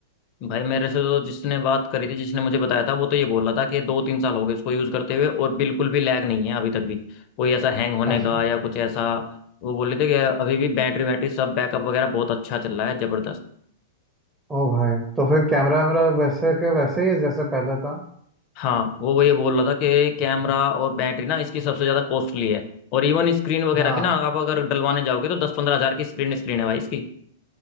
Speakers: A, on the left; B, on the right.
A: भाई मेरे से तो जिसने बात करी थी जिसने मुझे बताया था वो तो ये बोल रहा था कि दो तीन साल हो गए इसको यूज़ करते हुए और बिल्कुल भी लैग नहीं है अभी तक भी कोई ऐसा हैंग होने
B: अच्छा
A: का या कुछ ऐसा वो बोल रहे थे कि अभी भी बैटरी वैटरी सब बैकअप वगैरह बहुत अच्छा चल रहा है जबरदस्त
B: ओ भाई तो फिर कैमरा वैमरा वैसे के वैसे ही है जैसे पहले था
A: हाँ वो ये बोल रहा था कि कैमरा और बैटरी ना इसकी सबसे ज्यादा कॉस्टली है और इवन स्क्रीन वगैरह
B: हाँ
A: भी ना आप अगर डलवाने जाओगे तो दस पंद्रह हजार की स्क्रीन स्क्रीन है भाई इसकी